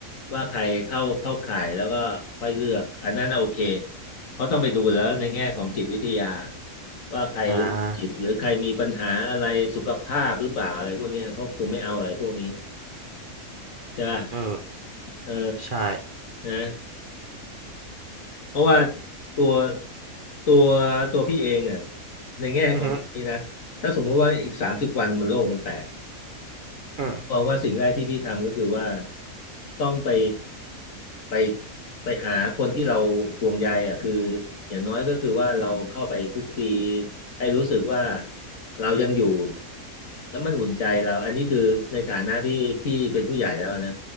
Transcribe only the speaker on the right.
อ่า
เออ
ใช่
อือฮึอืม